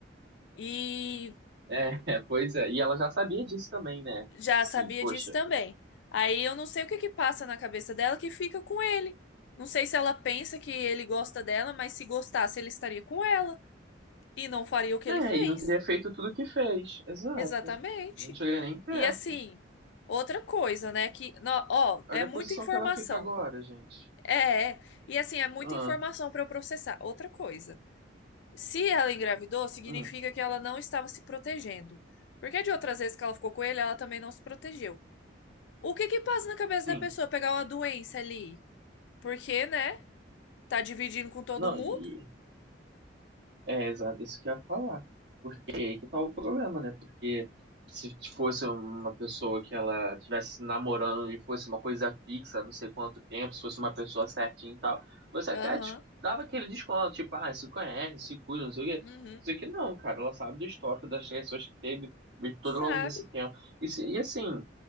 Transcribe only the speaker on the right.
É, <laughs> é, pois é, e ela já sabia disso também, né?
Assim,
poxa,
né,
e não teria feito tudo que fez, exato.
Não chegaria nem perto.
Olha
a posição
que ela fica agora, gente.
Ah,
hum,
sim.
Não,
e, é, exato, isso que eu ia falar. E aí que tá o problema, né? Porque se fosse uma pessoa que ela estivesse namorando e fosse uma coisa fixa, não sei quanto tempo, se fosse uma pessoa certinha e tal, você até
des- dava aquele desconto, tipo, ah, se conhece, se cuida, não sei o quê.
Isso aqui não, cara, ela sabe do histórico das pessoas que teve e todo
longo desse tempo. E, se- e assim,